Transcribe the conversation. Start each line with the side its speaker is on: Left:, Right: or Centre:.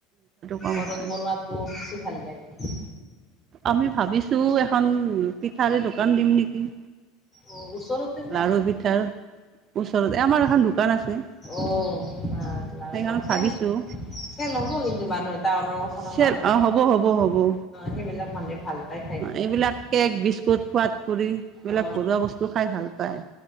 Right: কম
Left: ঘৰত
Right: হয়।
Left: বনোৱাতো বেছি ভাল লাগে।
Right: আমি ভাবিছো এখন পিঠাৰে দোকান দিম নিকি।
Left: অ ওচৰতে নে
Right: লাৰু পিঠাৰ, ওচৰতে আমাৰ এখন দোকান আছে।
Left: অ বা বা
Right: সেইখনত
Left: অ কেল
Right: ভাবিছোঁ
Left: এতিয়া লব কিন্তু মানুহ টাউনৰ কথা নহয়
Right: চেল অ হ'ব হ'ব হ'ব অ
Left: সেইবিলাক মানুহে ভাল পাই খাই পেলাই
Right: এইবিলাক কেক বিস্কুট খোৱাত কৰি এইবিলাক
Left: অ
Right: ঘৰুৱা বস্তু খাই ভাল নাপায়